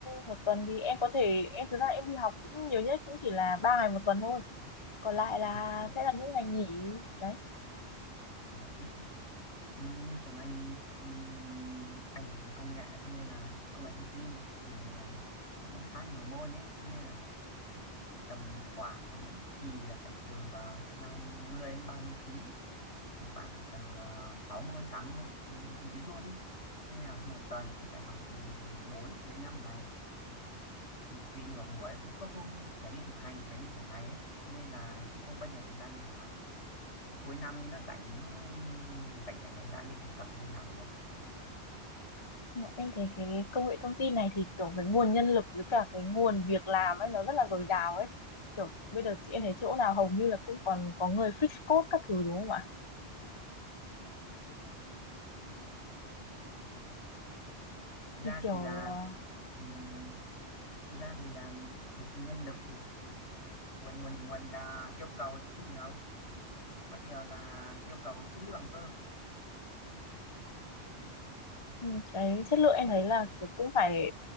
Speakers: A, on the left (about 25°); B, on the left (about 85°).
A: một tuần thì em có thể em thực ra em đi học cũng nhiều nhất cũng chỉ là ba ngày một tuần thôi còn lại là
B: nó không
A: sẽ là những ngày nghỉ đấy
B: ít nữa Ừ, như trường anh ừm, anh học ngành công nghệ thế nên là công nghệ thông tin thì à, cũng khá nhiều môn ấy thế nên là tầm khoảng là mỗi kỳ là phải từ ờ, 20 đến ba mươi tín thì khoảng từ uh, 6 môn 8 môn đến, đến 9 môn ấy nên là một tuần cũng phải học từ bốn đến năm ngày vì nửa buổi cũng có hôm phải đi thực hành phải đi cả ngày ấy Thế nên là cũng không có nhiều thời gian đi làm cuối năm thì nó rảnh mới rảnh rảnh thời gian đi thực tập đi làm được
A: Em thấy cái công nghệ thông tin này thì kiểu cái nguồn nhân lực với cả cái nguồn việc làm ấy nó rất là dồi dào ấy. Kiểu bây giờ em thấy chỗ nào hầu như là cũng còn có người fix code các thứ đúng không ạ?
B: ra
A: Thì kiểu
B: thì là
A: à,
B: ừm, ra thì à, nhân lực thì nguồn nguồn nguồn à, yêu cầu thì cũng nhiều có điều là yêu cầu chất lượng cơ
A: ừ, cái chất lượng em thấy là kiểu cũng phải